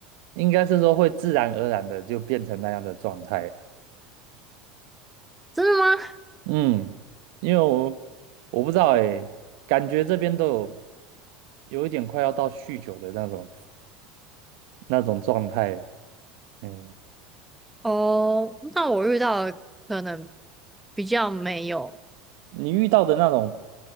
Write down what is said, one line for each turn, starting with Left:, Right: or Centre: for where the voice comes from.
Right: 应该是说会自然而然的就变成那样的状态。
Centre: 真的吗？
Right: 嗯，因为我我不知道哎，感觉这边都有有一点快要到酗酒的那种那种状态。哎，
Centre: 哦，那我遇到的可能比较没有。
Right: 你遇到的那种